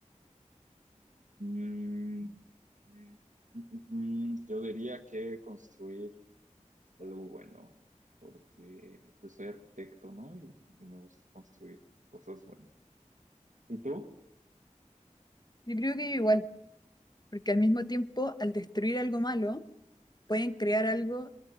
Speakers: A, on the right (about 75°); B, on the left (about 35°).
A: mm, mm, mm, yo diría que construir algo bueno, porque pues soy arquitecto, ¿no? Y, y me gusta construir cosas buenas. ¿Y tú?
B: Yo creo que igual, porque al mismo tiempo, al destruir algo malo, pueden crear algo